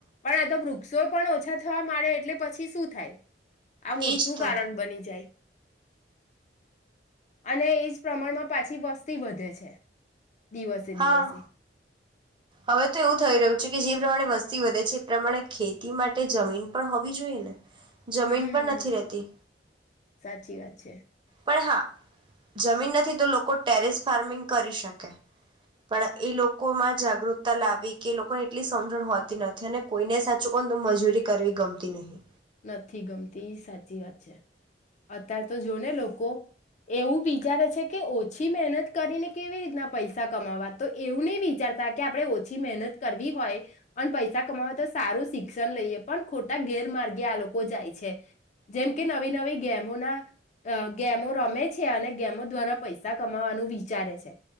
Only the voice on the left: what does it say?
પણ તો વૃક્ષો પણ ઓછા થવા માડે એટલે પછી શું થાય? આ મોટું
ગારણ બની જાય. અને એજ પ્રમાણમાં પાછી વસ્તી વધે છે દિવસે
દિવસે.
હમ
સાચી વાત છે
નથી ગમતી સાચી વાત છે. અત્યારે તો જો ને લોકો એવું વિચારે છે કે ઓછી મહેનત કરીને કેવી રીતના પૈસા કમાવા તો એવું નહી વિચારતા કે આપડે ઓછી મહેનત કરવી હોય અને પૈસા કમાવવા તો સારું શિક્ષણ લઈએ પણ ખોટા ગેરમાર્ગે ગે કે આ લોકો જાય છે જેમ કે નવી નવી ગેમો ના અહ ગેમો રમે છે અને ગેમો દ્વારા પૈસા કમાવાનું વિચારે છે